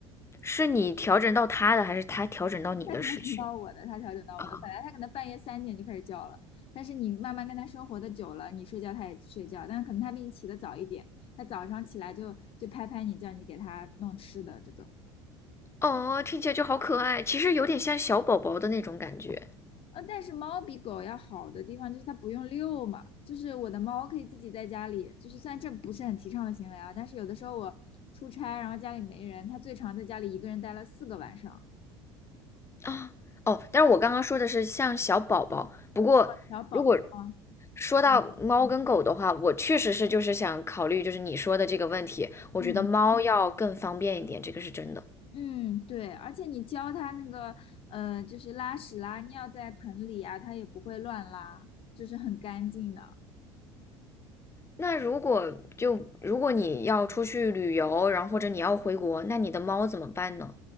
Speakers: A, on the left; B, on the left.
A: 是你调整到他的，还是他调整到你的时区
B: 他调整到我的，他调整到我的。
A: 啊？
B: 本来他可能半夜三点就开始叫了，但是你慢慢跟他生活的久了，你睡觉他也睡觉，但是可能他比你起得早一点，他早上起来就就拍拍你，叫你给他弄吃的这种。
A: 哦，听起来就好可爱，其实有点像小宝宝的那种感觉
B: 呃，但是猫比狗要好的地方就是它不用遛嘛，就是我的猫可以自己在家里，就是虽然这不是很提倡的行为啊，但是有的时候我出差，然后家里没人，它最长在家里一个人待了四个晚上，
A: 啊。哦，但是我刚刚说的是像小宝宝，不过如果
B: 小宝宝啊，
A: 说到猫跟狗的话，
B: 嗯。
A: 我确实是就是想考虑就是你说的这个问题，我觉得猫要更方便一点，
B: 嗯
A: 这个是真的。
B: 嗯，对，而且你教它那个，呃，就是拉屎拉尿在盆里啊，它也不会乱拉，就是很干净的。
A: 那如果就如果你要出去旅游，然后或者你要回国，那你的猫怎么办呢？